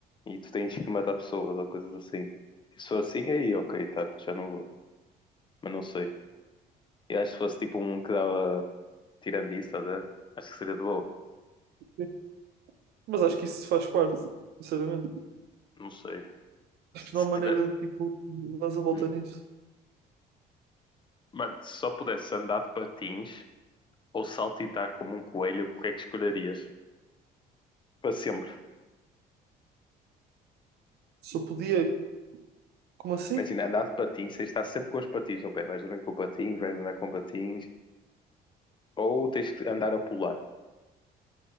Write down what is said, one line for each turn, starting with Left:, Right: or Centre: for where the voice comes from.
Left: E tu tens que matar pessoas ou coisas assim. Tipo, se for assim, aí ok, tá, já não vou. Mas não sei. Eu acho que se fosse tipo um que dava tirando isso, estás a ver? Acho que seria de boa.
Right: Sim. Mas acho que isso faz parte, sinceramente.
Left: Não sei.
Right: Acho
Left: Se,
Right: que não
Left: se
Right: há maneira
Left: tiver.
Right: de tipo, dar a volta
Left: Hum.
Right: nisso.
Left: Mano, se só pudesse andar de patins, ou saltitar como um coelho, o que é que escolherias? Para sempre.
Right: Só podia. Como assim?
Left: Imagina, andar de patins, tens de estar sempre com os patins no pé. Vais dormir com patins, vais andar com patins. Ou tens que andar a pular.